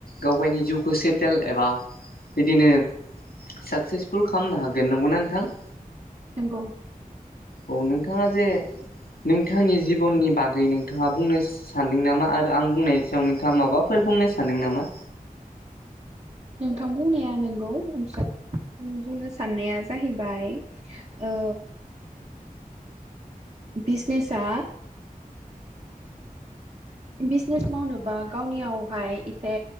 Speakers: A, on the left; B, on the right.
A: गाव गावनि जिउखौ सेटेल एबा बिदिनो साक्सेसफुल खालामनो हागोन नंगौना नोंथां
B: नोंगौ
A: औ नोंथाङा जे नोंथांनि जिबननि बागै नोंथाङा बुंनो सानदों नामा आरो आं बुंनायनि सायाव नोंथाङा माबाफोर बुंनो सानदों नामा
B: नोंथां बुंनाया नंगौ ओमफ्राय आ बुंनो साननाया जाहैबाय आ बिजनेसा बिजनेस मावनोबा गावनियावहाय एसे